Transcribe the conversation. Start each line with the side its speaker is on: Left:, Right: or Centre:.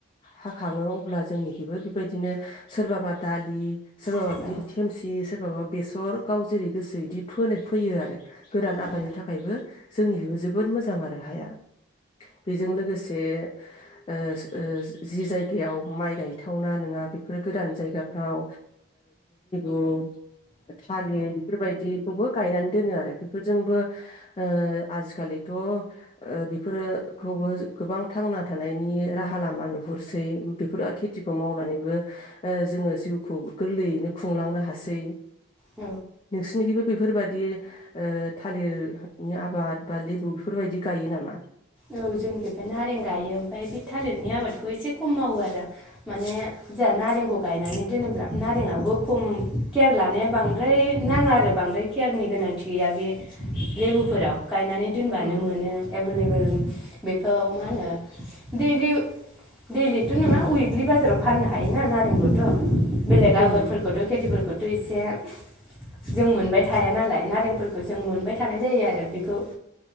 Left: हाखाङो अब्ला जोंनिखैबो बेबायदिनो सोरबाबा दालि सोरबाबा
Centre: औ
Left: बिदिनो थेमसिस सोरबाबा बेसर गाव जेरै गोसो इदि फोनो फैयो आरो गोरान आबादनि
Centre: औ
Left: थाखायबो जोंनिखैबो जोबोद मोजां आरो हाया। बेजों लोगोसे बे ओ ओज जि जायगायाव माइ गायथावना नोङा बेफोर गोरान जायगाफ्राव ओ <unintelligible> थालिर बेफोरबायदिखौबो गायनानै दोनो आरो बेफोरजोंबो ओ आजिखालिथ' ओ बेफोरोखौबो गोबां थांना थानायनि राहा लामा नुहुरसै। बेफोर खि थिखौ मावनानैबो ओ जोङो जिउ खौ गोरलैयैनो खुंलांनो हासै।
Centre: औ
Left: नोंसिनिखैबो बेफोरबायदि ओयो थालिरनि आबाद बा लेबु बेफोरबायदि गायो नामा?
Centre: औ जोंखेबो नारें गायो ओमफ्राय बे थालिरनि आबादखौ एसे खम मावो आरो माने जोंहा नारेंखौ गायनानै दोनोब्ला नारेंआवबो खम केयार लानाया बांद्राय नाङा आरो बांद्राय केयारनि गोनांथि गैया बे लेबुफोराव। गायनानै दोनबानो
Left: उम
Centre: मोनो एभेलेबोल। बेखौ मा होनो दैलिव दैलिथ' नङा उइकलि बाजाराव फाननो हायोना नारेंखौथ'। बेलेग
Left: उम
Centre: आबादफोरखौथ' खेथिफोरखौ दुयसेब जों मोनबाय थाया नालाय नारेंफोरखौ जों मोनबाय थानाय जायो आरो बिखौ